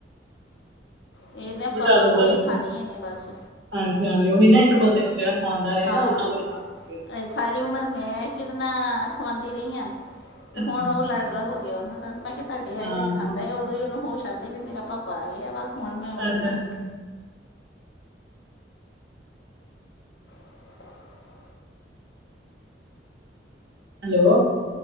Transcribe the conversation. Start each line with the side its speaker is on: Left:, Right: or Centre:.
Right: ਮੈਨੂੰ
Left: ਇਹ
Right: ਤੇ
Left: ਤਾਂ
Right: ਬਹੁਤ
Left: ਪਾਪਾ
Right: ਡਰ ਲੱਗਦਾ
Left: ਕੋਲ
Right: ਸੀ
Left: ਹੀ ਖਾਣੀ ਨੇ ਬਸ
Right: ਹਾਂਜੀ ਹਾਂਜੀ ਉਹੀ ਨਾ ਇੱਕ ਬੰਦੇ ਕੋ ਜਿਹੜਾ ਖਵਾਉਂਦਾ ਰਹੇ
Left: ਹਾਂ
Right: ਨਾ ਉਹਨਾਂ ਕੋਲ ਹੀ ਖਾਣੀ ਹੁੰਦੀ
Left: ਇਹ ਸਾਰੀ ਉਮਰ ਮੈਂ ਕਿਤਨਾ ਖਵਾਉਂਦੀ ਰਹੀ ਹਾਂ ਤੇ
Right: ਅੱਛਾ
Left: ਹੁਣ ਉਹ ਲਾਡਲਾ ਹੋ ਗਿਆਂ ਉਹਨਾਂ ਦਾ। ਮੈਂ ਕਿਹਾਂ ਤੁਹਾਡੇ ਆਏਂ
Right: ਹਾਂ
Left: ਤੇ ਖਾਂਦਾ ਏਂ। ਉਦੋਂ ਹੀ ਉਹਨੂੰ ਹੋਸ਼ ਆਂਦੀ ਵੀ ਮੇਰਾ ਭਾਪਾ ਆਗੇ। ਫ਼ਿਰ ਮੈਂ ਫ਼ੋਨ ਮੇਂ ਉੱਠਣਾ
Right: ਅੱਛਾ
Left: ਏਂ।
Right: ਅੱਛਾ
Left: <inaudible>
Right: ਹੈਲੋ।